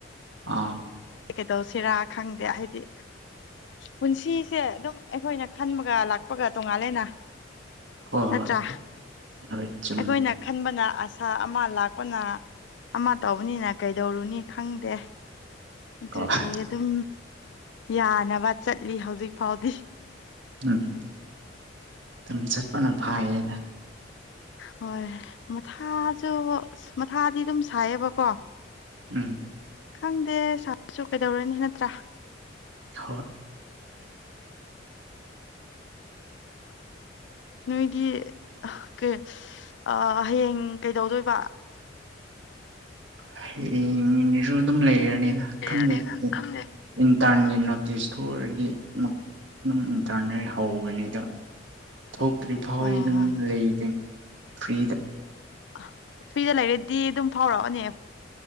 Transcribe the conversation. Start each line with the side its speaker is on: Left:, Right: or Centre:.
Right: ꯑꯥ
Left: ꯀꯩꯗꯧꯁꯤꯔꯥ ꯈꯪꯗꯦ ꯍꯥꯏꯗꯤ ꯄꯨꯟꯁꯤꯁꯦ ꯑꯗꯨꯝ ꯑꯩꯈꯣꯏꯅ ꯈꯟꯕꯒ ꯂꯥꯛꯄꯒ ꯇꯣꯉꯥꯜꯂꯦꯅ
Right: ꯍꯣꯏ
Left: ꯅꯠꯇ꯭ꯔꯥ
Right: ꯍꯣꯏ ꯍꯣꯏ ꯆꯨꯝꯃꯤ
Left: ꯑꯩꯈꯣꯏꯅ ꯈꯟꯕꯅ ꯑꯁꯥ ꯑꯃ ꯂꯥꯛꯄꯅ ꯑꯃ ꯇꯧꯕꯅꯤꯅ ꯀꯩꯗꯧꯔꯨꯅꯤ ꯈꯪꯗꯦ
Right: ꯍꯣꯏ
Left: ꯗꯨꯒꯤ ꯑꯗꯨꯝ ꯌꯥꯅꯕ ꯆꯠꯂꯤ ꯍꯧꯖꯤꯛ ꯐꯥꯎꯗꯤ
Right: ꯎꯝ ꯗꯨꯝ ꯆꯠꯄꯅ ꯐꯥꯏꯌꯦꯗ
Left: ꯍꯣꯏ ꯃꯊꯥꯁꯨ ꯃꯊꯥꯗꯤ ꯗꯨꯝ ꯁꯥꯏꯌꯦꯕꯀꯣ
Right: ꯎꯝ
Left: ꯈꯪꯗꯦ ꯁꯥꯔꯁꯨ ꯀꯩꯗꯧꯔꯨꯅꯤ ꯅꯠꯇ꯭ꯔꯥ
Right: ꯍ‌ꯣꯏ
Left: ꯅꯣꯏꯒ ꯑ ꯀꯩ ꯑꯥ ꯍꯌꯦꯡ ꯀꯩꯗꯧꯗꯣꯏꯕ
Right: ꯍꯌꯦꯡꯖꯨ ꯗꯨꯝ ꯂꯩꯔꯅꯤꯗ
Left: ꯂꯩꯔꯅꯤꯗ
Right: ꯈꯪꯗꯦ
Left: ꯈꯪꯗꯦ
Right: ꯎꯝ ꯇꯟꯒꯤ ꯅꯣꯇꯤꯁ ꯊꯣꯛꯑꯗꯤ ꯗꯨꯝ ꯅꯨꯡꯗꯥꯡꯗꯩ ꯍꯧꯔꯅꯤꯗ ꯊꯣꯛꯇ꯭ꯔꯤ ꯐꯥꯎꯗꯤ
Left: ꯑꯣ
Right: ꯗꯨꯝ ꯂꯩꯗ‌ꯣꯏꯅ‌ꯦ ꯐ꯭ꯔꯤꯗ
Left: ꯑ ꯐ꯭ꯔꯤꯗ ꯂꯩꯔꯗꯤ ꯗꯨꯝ ꯐꯥꯎꯔꯛꯑꯣꯅꯦ